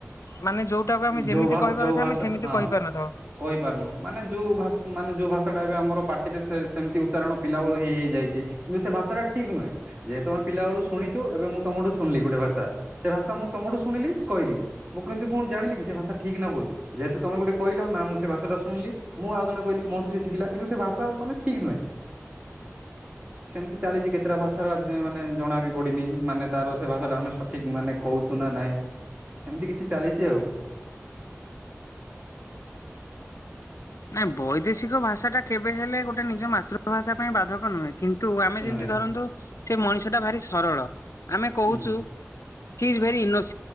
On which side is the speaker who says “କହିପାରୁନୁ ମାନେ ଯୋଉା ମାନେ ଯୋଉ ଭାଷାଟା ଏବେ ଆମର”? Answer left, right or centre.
Right